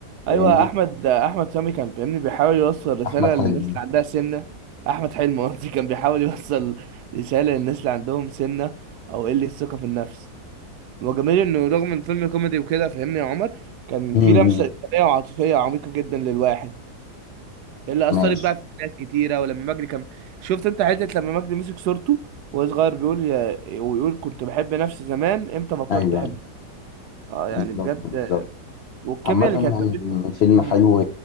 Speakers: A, on the left; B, on the right.
A: فاهمني
B: ايوه احمد احمد سامي كان فاهمني بيحاول يوصل رسالة
A: احمد حلمي
B: للناس اللي عندها سمنة احمد حلمي <laughs> قصدي كان بيحاول يوصل رسالة للناس اللي عندهم سمنة او قلة ثقة في النفس وجميل انه رغم الفيلم كوميدي وكده فاهمني يا عمر كان في
A: امم
B: لمسة إنسانية وعاطفية عميقة جدا للواحد اللي اثرت
A: ماشي
B: بقى في ناس كتيره ولما مجدي كان شفت انت حته لما مجدي مسك صورته وهو صغير بيقول يا... ويقول كنت بحب نفسي زمان امتى بطلت
A: ايوه
B: احب
A: أيوه.
B: اه يعني
A: بالظبط
B: بجد
A: بالظبط
B: والكيمياء
A: عامة
B: اللي
A: يعني
B: كانت ما بينه
A: فيلم
B: مم.
A: حلو